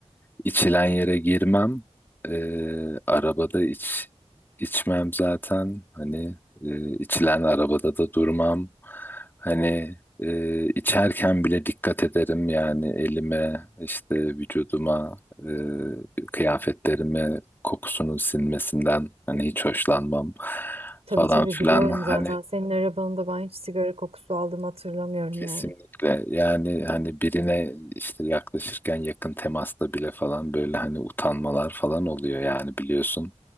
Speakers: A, on the left; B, on the right.
A: İçilen yere girmem. Ee, arabada iç içmem zaten hani e, içilen arabada da durmam. Hani e, içerken bile dikkat ederim yani elime, işte vücuduma, e, kıyafetlerime kokusunun sinmesinden hani hiç hoşlanmam
B: Tabii
A: falan
B: tabii
A: filan.
B: biliyorum
A: Hani
B: zaten. Senin arabanında ben hiç sigara kokusu aldığımı hatırlamıyorum
A: kesinlikle
B: yani.
A: yani hani birine işte yaklaşırken yakın temasta bile falan böyle hani utanmalar falan oluyor yani biliyorsun.